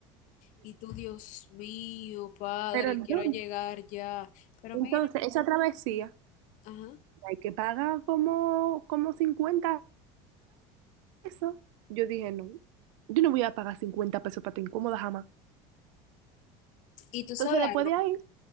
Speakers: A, on the left; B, on the right.
A: Y tú, Dios mío, padre,
B: Pero entonces,
A: quiero llegar ya. Pero
B: entonces,
A: mira,
B: esa travesía,
A: ajá.
B: hay que pagar como, como cincuenta pesos. Yo dije, no, yo no voy a pagar 50 pesos para te incómoda jamás.
A: Y tú
B: Entonces,
A: sabes
B: después
A: algo,
B: de ahí,